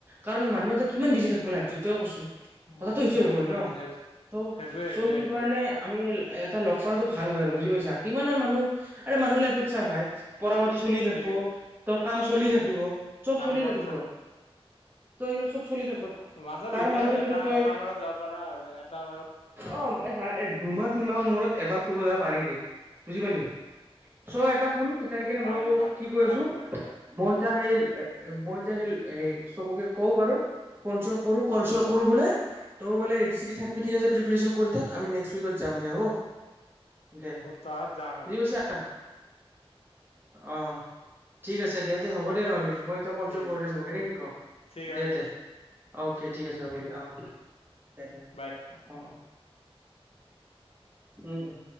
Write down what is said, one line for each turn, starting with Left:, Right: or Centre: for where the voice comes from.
Right: কাৰণ মানুহ এটা কিমান বিজি থাকবো লাইফটোত, তই এ কচোন?
Left: উম,
Right: কথাটো সেইটোৱে
Left: উম,
Right: আহি পৰে ন'
Left: সেইটো
Right: ত'
Left: সেইটোয়ে সেইটোয়ে
Right: চ'সেইটো
Left: সেইটোয়ে
Right: কাৰণে আমি এটা লগ কৰাটো ভাল হয় আৰু বুজি পাইছা কিমান আৰ মানুহ আৰু মানুহৰ লাইফত চাহ ভাই। পঢ়া পাতি চলি থাকিব,
Left: ঠিক
Right: তোৰ কাম চলি
Left: উম,
Right: থাকিব, চব
Left: কাম
Right: চলি
Left: বন
Right: থাকিব,
Left: চা
Right: তই এইবিলাক চব চলি থাকিব,
Left: মাজত
Right: তাৰ
Left: উইকেণ্ডত
Right: মাজতে
Left: এটা
Right: যদি তই
Left: এটা বাৰত যাব পাৰা আৰু এটা বাৰত
Right: অ', এ দুমাহ তিনমাহৰ মূৰত এবাৰ ফুৰিব যাব পাৰিদে, বুজি পালি? চ' এটা শুন এতিয়া সেইকাৰণে
Left: পাৰি
Right: মই কওঁ
Left: পাৰি
Right: কি কৈ
Left: পাৰি
Right: আছোঁ,
Left: পাৰি পাৰি।
Right: মই এতিয়া সেই, মই এতিয়া সেই, এ
Left: উম,
Right: চবকে কওঁ বাৰু। ফোন চন কৰোঁ, কল চল কৰোঁ বোলে, তয়ো বলে ৰেডি চেদি থাকিবি, ঠিক আছে প্ৰিপেচন কৰি থাক, আমি নেক্সট উইকত যাম দে, হ'ব। দে
Left: সপ্তাহত যাম
Right: বুজি
Left: এবাৰ।
Right: পাইছা অ', ঠিক আছে দে, তে হ'ব দে নহ'লি। মই এতিয়া কল
Left: ঠিক
Right: চল কৰোঁ
Left: আছে।
Right: দে চবকে নে কি ক'?
Left: ঠিক
Right: দে
Left: আছে
Right: দে অ', অ'কে ঠিক আছে হ'ব দে, অ', দে, দে,
Left: বাই
Right: অ', অ', অ'। উম, উম।